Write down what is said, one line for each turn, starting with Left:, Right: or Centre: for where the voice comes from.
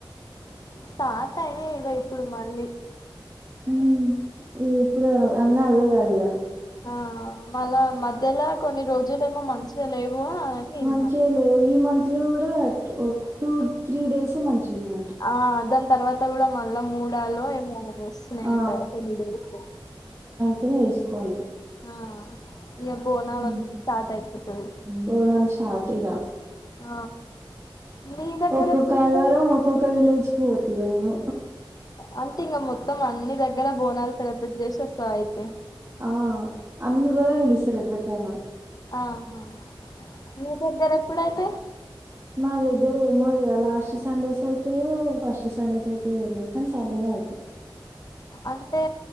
Left: స్టార్ట్ అయినా ఇగ ఇప్పుడు మళ్ళీ
Right: ఉమ్ ఇప్పుడ అన్నీ అవే కాద ఇగ
Left: ఆ మళ్ళ మధ్యలో కొన్ని రోజులు ఏమో మంచిగా లేవు అని విన్నా
Right: మంచిగ లేవు ఈ మంత్ లో కూడా టూ త్రీ డేసే మంచి గున్నాయంట
Left: ఆ దాని తర్వాత కూడా మళ్ళా మూడల్లో ఏమో వస్తున్నాయంటారు
Right: ఆ
Left: కొన్ని డేస్
Right: తిని ఏసుకోవాలి ఇగ
Left: ఆ ఇక బోనాల
Right: హ్మ్
Left: స్టార్ట్ అయిపోతది
Right: బోనాలు స్టార్ట్ ఇగ
Left: ఆ మీ దగ్గర
Right: ఒక్కొక్క
Left: ఎప్పుడుంటాయి
Right: ఆదివారం ఒక్కొక్క విలేజ్కి పోత ఇగ నేను
Left: అంటే ఇంగ మొత్తం అన్ని దగ్గర బోనాలు సెలబ్రేట్ చేస్సోసా అయితే
Right: ఆ అన్నిఒర్ల్లు పిలుస్తారు ఎట్లకైన
Left: ఆహా మీ దగ్గర ఎప్పుడయితయి
Right: మా దగ్గర ఏమో ఇగ లాస్ట్ సండేస్ అయితయో ఫస్ట్ సండేస్ అయితయో తెల్వదు కానీ సండేనే అయితాయి
Left: అంటే